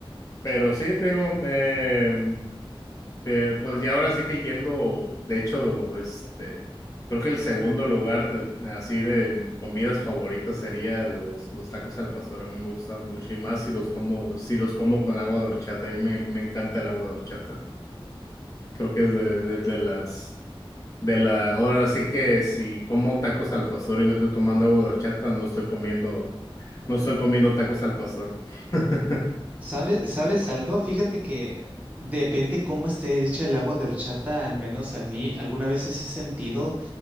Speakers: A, on the left; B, on the right.
A: Pero sí, te digo, em, eh, pues ya ahora sí que yendo, de hecho, este, creo que el segundo lugar de- así de comidas favoritas sería los, los tacos al pastor. A mí me gustan mucho y más si los como, si los como con agua de horchata. A mí me, me encanta el agua de horchata. Creo que es de, de- de las, de la, ahora sí que si como tacos al pastor y no estoy tomando agua de horchata, no estoy comiendo, no estoy comiendo tacos al pastor. <laughs>
B: ¿Sabes, sabes algo? Fíjate que depende cómo esté hecha el agua de horchata, al menos a mí, alguna vez he sentido